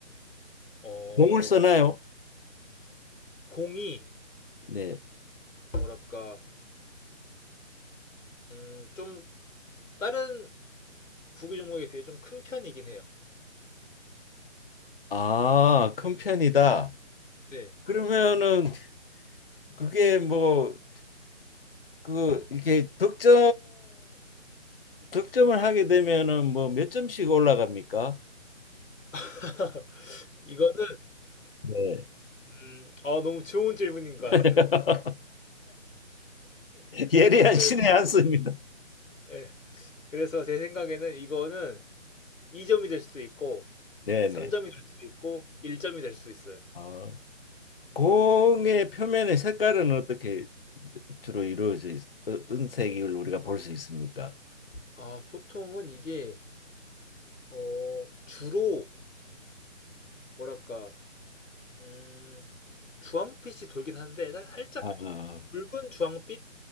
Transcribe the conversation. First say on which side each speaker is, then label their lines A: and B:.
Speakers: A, on the left; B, on the left.
A: 어,
B: 공을 쓰나요?
A: 공이
B: 네.
A: 뭐랄까 음, 좀 다른 구기 종목에 비해 좀 큰 편이긴 해요.
B: 아, 큰 편이다.
A: 네.
B: 그러면은 그게 뭐 그 이렇게 득점 득점을 하게 되면은 뭐 몇 점씩 올라갑니까?
A: <laughs> 이거는
B: 네.
A: 음, 아, 너무 좋은 질문인 것
B: <laughs>
A: 같아요.
B: 예리한
A: 그래서
B: 신의 한 수입니다.
A: 예. 그래서 제 생각에는 이거는 2점이 될 수도 있고
B: 네네.
A: 3점이 될 수도 있고 1점이 될 수도 있어요.
B: 아, 공의 표면의 색깔은 어떻게 주로 이루어져 있, 어떤 색을 우리가 볼 수 있습니까?
A: 아, 보통은 이게 어, 주로 뭐랄까 음, 주황빛이 돌긴 하는데 살- 살짝
B: 아,
A: 붉은 주황빛